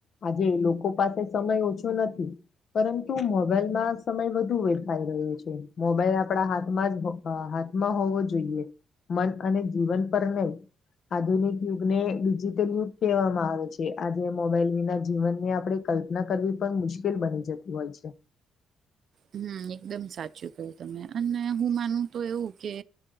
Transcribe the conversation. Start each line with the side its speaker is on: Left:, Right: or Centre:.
Left: આજે લોકો પાસે સમય ઓછો નથી પરંતુ મોબાઈલમાં સમય વધુ વેડફાઇ રહ્યો છે મોબાઈલ આપણા હાથમાં જ હો હ હાથમાં હોવો જોઈએ મન અને જીવન પર નહી. આધુનિક યુગને બીજી યુગ કહેવામાં આવે છે આજે મોબાઈલ વિના જીવનને આપણે કલ્પના કરવી પણ મુશ્કેલ બની જતી હોય છે.
Right: હમ એકદમ સાચું કું તમે અને હું માનું તો એવું કે